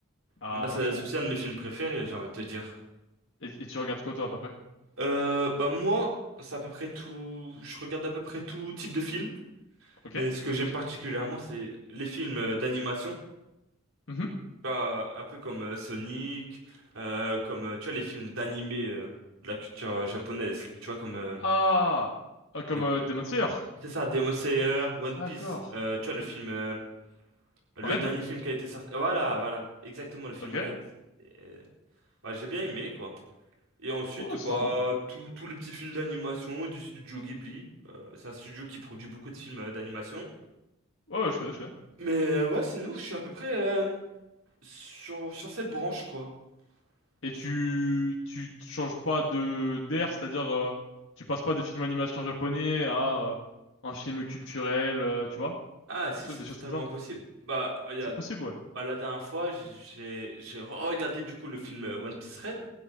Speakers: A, on the left; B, on the right.
A: Ah,
B: bah, c'est
A: franchement.
B: c'est aussi un de mes films préférés, j'ai envie de te dire.
A: Et, et tu regardes quoi, toi, à peu près?
B: Euh, bah moi, c'est à peu près tout. Je regarde à peu près tout type de film,
A: Ok?
B: mais ce que j'aime particulièrement, c'est les films euh, d'animation,
A: Mhm.
B: Tu vois, un peu comme euh, Sonic, euh, comme euh, tu vois les films d'animé euh, de la culture japonaise. Tu vois comme euh,
A: Ah! Ah, comme
B: euh,
A: euh, Demon Slayer.
B: c'est ça, Demon Slayer, One Piece.
A: D'accord.
B: euh, tu vois le film, euh, le
A: Red?
B: dernier film qui a été sorti. Voilà, voilà, exactement le film
A: Ok.
B: Red. Et, euh, ouais, j'ai bien aimé quoi. Et ensuite,
A: Oh,
B: bah,
A: c'est sympa.
B: tous tous les petits films d'animation du studio Ghibli. Euh, c'est un studio qui produit beaucoup de films euh, d'animation.
A: Ouais, ouais, je connais, je connais.
B: Mais euh, ouais, sinon, je suis à peu près euh, sur, sur cette branche, quoi.
A: Et
B: Je
A: tu,
B: trouve-
A: tu te changes pas de d'air, c'est-à-dire, euh, tu passes pas de film animation japonais à euh, un film culturel, euh, tu vois?
B: Ah, si,
A: Truc-
B: c'est
A: Des
B: totalement
A: choses comme ça.
B: impossible. Bah, regarde,
A: C'est possible, ouais.
B: à la dernière fois, j'ai j'ai regardé du coup le film euh, One Piece Red.